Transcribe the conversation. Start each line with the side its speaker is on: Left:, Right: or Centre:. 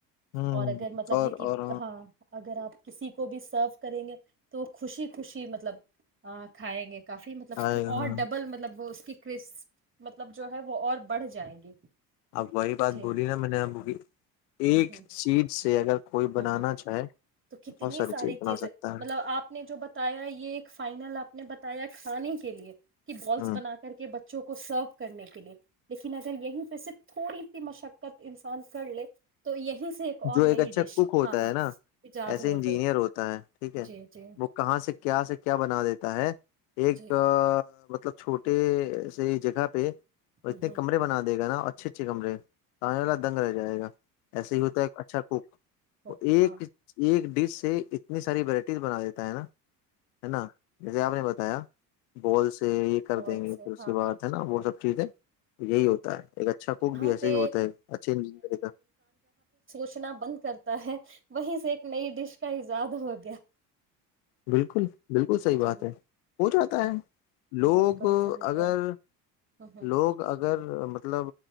Left: ہوں
Right: اور اگر مطلب
Left: اور
Right: ہے کہ
Left: اور
Right: ہاں اگر آپ کسی کو بھی سرو کریں گے تو خوشی خوشی مطلب کھائیں گے کافی مطلب
Left: آئے گا ہاں
Right: اور ڈبل مطلب وہ کہ کرس مطلب جو ہے وہ اور بڑھ جائے گی
Left: اب وہی بات
Right: جی
Left: بولی نا میں نے آ ایک
Right: ہوں ہوں
Left: سیٹ سے اگر کوئی بنانا
Right: ہاں ہاں
Left: چاہے
Right: تو کتنی
Left: بہت
Right: ساری
Left: چیز بنا
Right: چیزیں
Left: سکتا ہے
Right: مطلب آپ نے جو بتایا یہ ایک فائنل آپ نے بتایا کھانے کے لیے بالس
Left: ہ
Right: بنا کر کے بچے بچوں کو سرو کرنے کے لیے لیکن اگر یہی تو صرف تھوڑی سی مشقت انسان کر لے تو یہی اس ایک آن
Left: جو
Right: نئی
Left: اچھا
Right: ڈش
Left: کک ہوتا
Right: ہاں ہاں
Left: ہے نا
Right: ایجاد
Left: ایسے
Right: ہو
Left: انجینئر
Right: گئی
Left: ہوتا ہے ٹھیک ہے
Right: جی جی
Left: وہ کہاں سے کیا سے کیا بنا دیتا ہے ایک
Right: جی
Left: مطلب چھوٹے سے جگہ پہ اور
Right: گند
Left: اتنے کمرے بنا دے گا نا اچھا اٹھیک کمرے تو آنے والا دنگ رہ جائے گا ایسے ہی ہوتا ہے اچھا کوک
Right: دھوکھا
Left: ایک ایک ڈش سے اتنی ساری وورائٹیز بنا دیتا ہے نا ہے نا ج آپ نے بتا بال سے یہ کر
Right: فالس
Left: دیں گے
Right: ہے
Left: پھر اس
Right: ہاں
Left: کے بعد ہے نا وہ سب ٹھیک ہے یہی ہوتا ہے ایک اچھا کوک
Right: یہاں
Left: بھی ایسا
Right: پہ
Left: ہی ہوتا ہے اچھی زندگی کا
Right: رچنا بند کرتا ہے وہ سے ایک نئی ڈش کا ایجاد ہو گیا
Left: بالکل بالکل صحیح
Right: جی
Left: بات ہے ہو جاتا ہے لوگ
Right: بالکل صحیح
Left: اگر
Right: کہہ رہا ہ
Left: لوگ اگر مطلب